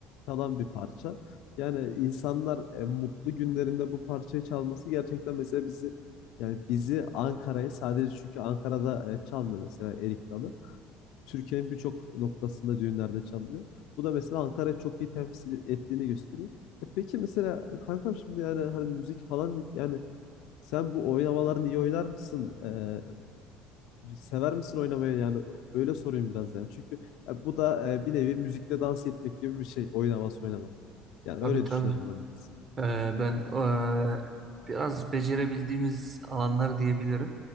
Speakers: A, on the left; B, on the right.
A: çalan bir parça. Yani insanlar e, mutlu günlerinde bu parçayı çalması gerçekten mesela bizi yani bizi Ankara'yı sadece çünkü Ankara'da e, çalmıyor mesela Erik Dalı. Türkiye'nin birçok noktasında düğünlerde çalınıyor. Bu da mesela Ankara'yı çok iyi temsil ettiğini gösteriyor. E peki mesela kankam şimdi yani hani müzik falan dedik, yani sen bu oynamalarını iyi oynar mısın? E, sever misin oynamayı yani öyle sorayım biraz yani. Çünkü ya bu da e, bir nevi müzikte dans etmek gibi bir şey oynaması oynama. Yani
B: tabii.
A: öyle
B: tabii.
A: düşünüyorum ben biraz.
B: Ee, Ben eee, biraz becerebildiğimiz alanlar diyebilirim.